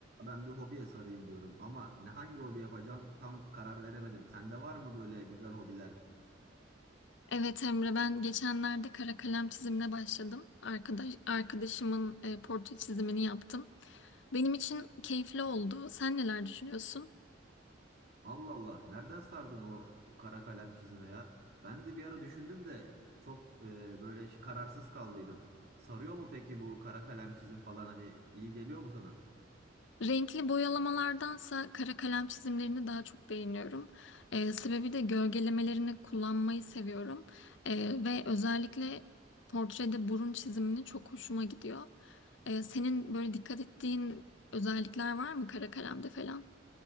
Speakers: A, on the right; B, on the left.
A: Ben bir hobiye sarayım diyorum ama ne hangi hobi yapacağım tam karar veremedim. Sende var mı böyle güzel hobiler?
B: Evet Emre ben geçenlerde kara kalem çizimine başladım. Arkadaş, arkadaşımın e, portre çizimini yaptım. Benim için keyifli oldu. Sen neler düşünüyorsun?
A: Allah Allah, nereden sardın o kara kalem çizime ya? Ben de bir ara düşündüm de çok e, böyle ş- kararsız kaldıydım. Sarıyor mu peki bu kara kalem çizim falan hani iyi geliyor mu sana?
B: Renkli boyalamalardansa kara kalem çizimlerini daha çok beğeniyorum. E, sebebi de gölgelemelerini kullanmayı seviyorum. E, ve özellikle portrede burun çizimini çok hoşuma gidiyor. E, senin böyle dikkat ettiğin özellikler var mı kara kalemde falan?